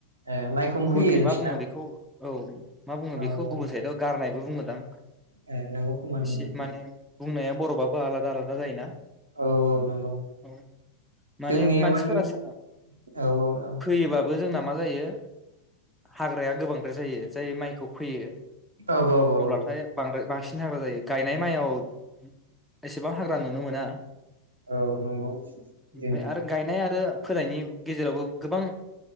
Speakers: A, on the right; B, in the centre.
A: ए माइखौनो
B: गुबुनखै
A: फैयो नोंसिना?
B: मा बुङो बेखौ औ मा बुङो
A: औ
B: बेखौ गुबुन
A: औ
B: साइदआव गारनायबो बुङोदां
A: ए नंगौ खोमा नंगौ
B: इसे माने बुंनाया बर'बाबो आलादा आलादा जायोना
A: औ औ नंगौ
B: औ माने
A: जोंनिया
B: मानसिफोरा
A: मानि
B: सो
A: औ औ औ
B: फैयोबाबो जोंना मा जायो हाग्राया गोबांद्राय जायो जाय माइखौ फैयो
A: औ औ औ
B: अब्लाथाय बांद्राय बांसि हाग्रा जायो गायनाय माइ आवएसेबां हाग्रा नुनो मोना। <inaudible>
A: औ नंगौ बिदिनो
B: ओमफाय आरो गायनाय आरो फोनायनि गेजेरावबो गोबां